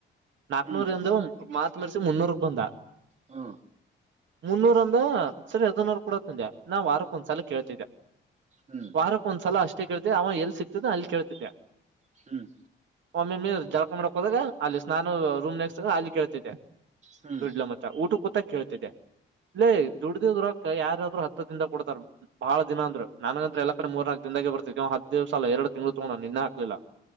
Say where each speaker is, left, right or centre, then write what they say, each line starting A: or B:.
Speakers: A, on the right (about 70°); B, on the right (about 35°).
A: ನಾಕ್ನೂರ್ಂದ
B: ಹ್ಮ್
A: ಮಾತ್ು ಮರೆಸಿ ಮುನ್ನೂರುಕ್ ಬಂದ
B: ಹಾ
A: ಮುನ್ನೂರ ಅಂದ ಸರಿ ಹದನೂರು ಕೂಡ ತಜೆ ನಾ ವಾರಕ್ಕೊಂದ್ಸಲ ಕೇಳ್ತಿದ್ದೆ
B: ಹ್ಮ್ ಹ್ಮ್
A: ವಾರಕ್ಕ ಒಂದ್ಸಲ ಅಷ್ಟ ಷ್ಟ ಕೇಳ್ತೆ ಅವ ಎಲ್ಲಿ ಸಿಕ್ತಿದ್ದ ಅಲ್ಲಿ ಕೇಳ್ತಿದ್ದೆ
B: ಹ್ಮ್
A: ಒಮ್ಮೆ ಮೀರ್ ಜಳಕ ಮಾಡಕ್ ಹೋದಾಗ ಅಲ್ಲಿ ಸ್ನಾನ ರೂಮ್ ನೆಕ್ಸ್ಟ್ ಅಲ್ಲಿ ಕೇಳ್ತಿದ್ದೆ
B: ಹ್ಮ್
A: ದುಡ್ಲ ಮಚ್ಚ ಊಟ ಕೂತಾ ಕೇಳ್ತಿದ್ದೆ ಇಲ್ಲೇ ದುಡ್ದಕ ಯಾರ ಹತ್ತು ದಿಂದ ಕೊಡ್ತಾರೆ ಬಹಳ ದಿನ ಅಂದ್ರ ನನಗಂತತ್ರ ಎಲ್ಲ ಕಡೆ ಮೂರ್ನಾಲ್ಕ ದಿನಾಗ ಬರ್ತತಿ ಹತ್ತು ದಿವಸ ಎರಡು ತಿಂಗಳು ತಗೊಂಡು ನಿನ್ನ ಹಾಕ್ಲಿಲ್ಲ